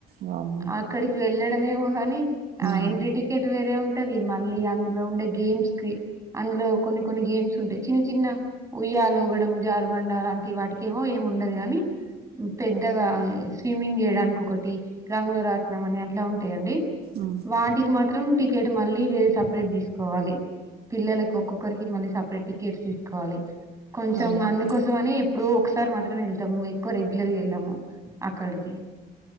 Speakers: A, on the right; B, on the right.
A: వామ్మో
B: అక్కడికి వెళ్ళడేమో గాని
A: మ్మ్
B: ఆ ఎంట్రీ టికెట్ వేరే ఉం టాది మళ్ళీ అందులో ఉండే గేమ్స్ కి అందులో కొన్ని కొన్ని గేమ్స్ ఉంటాయి చిన్న చిన్న ఉయ్యాలుగడ జారుబండాల అంట వాటికేమో ఏమి ఉండదు గాని పెద్దగా స్విమ్మింగ్ చేయడానికి ఒకటి రంగుల రాటనం అని అట్లా ఉంటాయండి
A: మ్మ్
B: వాటికి మాత్రం టికెట్ మళ్ళీ వేరే సపరేట్ తీసుకు కోవాలి పిల్లలకి ఒక్కొక్కరికి మళ్ళీ సపరేట్ టికెట్స్ తీసుకోవాలి కొంచెం
A: అవునా
B: అందుకోసం అని ఎప్పుడు ఒకసారి మాత్రమే వెళ్తాము ఎక్కువ రెగ ఇలరిగ ఏళ్లము అక్కడికి